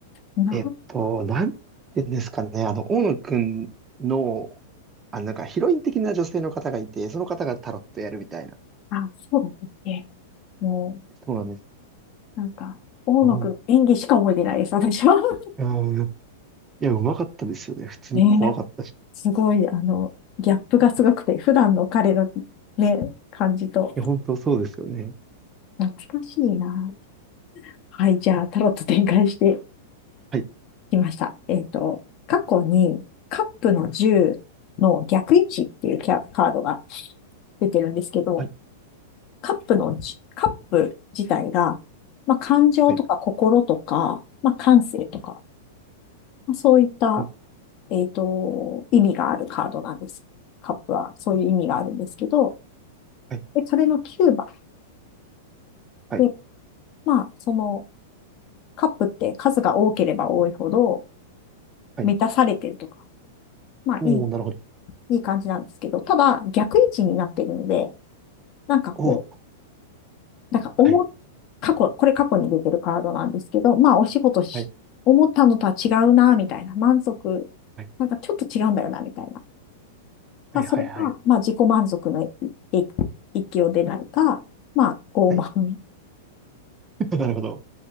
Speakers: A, on the left; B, on the right.
A: な。
B: えっと、なんて言うんですかね、あの、大野くんの、あの、なんかヒロイン的な女性の方がいて、その方がタロットやるみたいな。
A: あ、そうだったっけも
B: そうなんです。
A: う、なんか、大野くんの演技しか覚えてないです、
B: おう
A: 私は。<laughs>
B: うんいや、うまかったですよね。普通に怖かったし。
A: ね、
B: い
A: すごい、あの、ギャップがすごくて、普段の彼のね、感じと、
B: や、本当そうですよね。
A: 懐かしいな。はい、じゃあ、タロット展開して
B: はい、
A: 来ました。えっと、過去にカップの10の逆位置っていうキャ、カードが出てるんですけど、
B: はい、
A: カップのじ、カップ自体が、まあ、感情とか心とか、
B: はい、
A: まあ、感性とか、まあ、そういった、
B: うん、
A: えっと、意味があるカードなんです。カップはそういう意味があるんですけど、
B: はい、
A: で、それの9番
B: はい、
A: で、まあ、そのカップって数が多ければ多いほど
B: はい。
A: 満たされてるとか、まあ、
B: おー、
A: いい
B: なるほど。
A: いい感じなんですけど、ただ逆位置になっているので、なんかこ
B: おー、
A: う、なんか思っ、
B: はい、
A: 過去、これ過去に出てるカードなんですけど、まあお仕事し、
B: はい、
A: 思ったのとは違うな、みたいな、満足、
B: はい、
A: なんかちょっと違うんだよな、みたいな。ただそれが、
B: はい、はい、はい、
A: まあ自己満足のい域を出ないか、まあ傲慢、
B: はい。<laughs> なるほど。